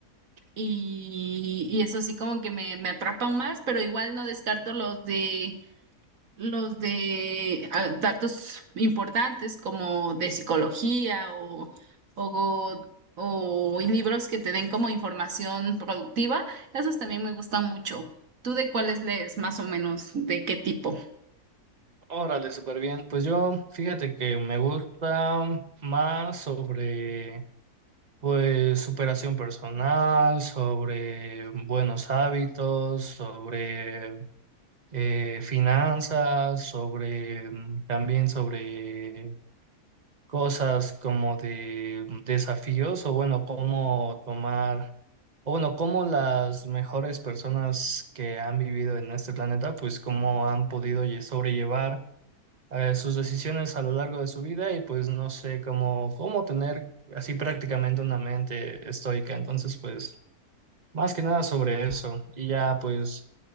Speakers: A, on the right; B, on the right.
A: y, y eso sí como que me, me atrapan más, pero igual no descarto los de los de ah, datos importantes como de psicología o, o, o libros que te den como información productiva, esos también me gustan mucho. ¿Tú de cuáles lees más o menos? ¿De qué tipo?
B: Órale, súper bien. Pues yo, fíjate que me gusta más sobre, pues, superación personal, sobre buenos hábitos, sobre eh, finanzas, sobre mm, también sobre cosas como de mm, desafíos o bueno, cómo tomar o bueno, cómo las mejores personas que han vivido en este planeta, pues cómo han podido lle- sobrellevar eh, sus decisiones a lo largo de su vida y pues no sé cómo, cómo tener así prácticamente una mente estoica. Entonces, pues más que nada sobre eso. Y ya pues